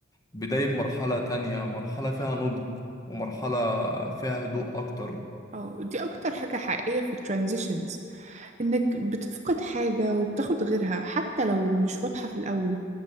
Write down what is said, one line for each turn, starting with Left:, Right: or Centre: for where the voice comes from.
Left: بداية مرحلة تانية مرحلة فيها نضج ومرحلة فيها هدوء أكتر
Right: اه دي أكتر حاجة حقيقية في الترانزيشنز إنك بتفقد حاجة وبتاخد غيرها حتى لو مش واضحة في الأول